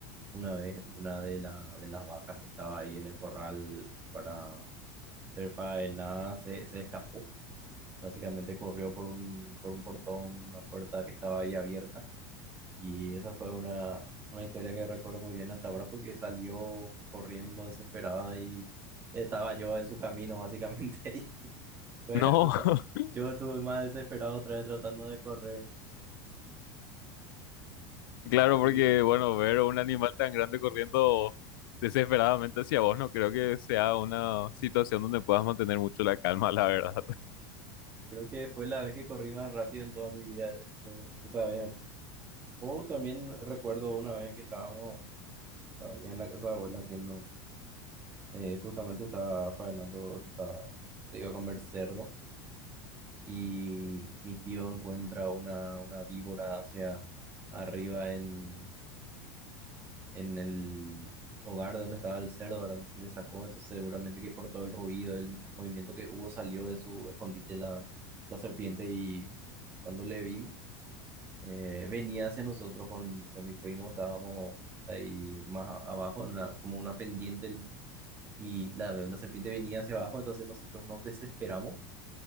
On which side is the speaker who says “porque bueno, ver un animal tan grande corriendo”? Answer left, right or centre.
Left